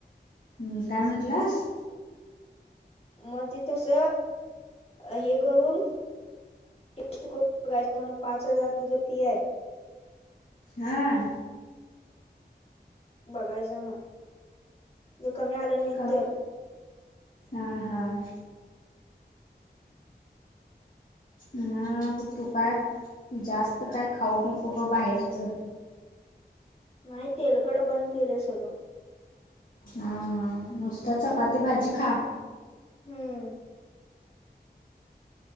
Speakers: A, on the left; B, on the left.
A: हुम काय म्हंटलास.
B: मग ते तस हे करून. टेस्ट करून पाच हजार तिचं फी आहे.
A: हाआ.
B: बघायचं मग कमी आलं. नाही
A: कम
B: तर
A: हां हां. मग तू काय जास्त काय खाऊ नको बाहेरचं.
B: नाही तेलकट बंद केले सगळं.
A: हा हा नुसतं चपाती भाजी खा.
B: हम्म.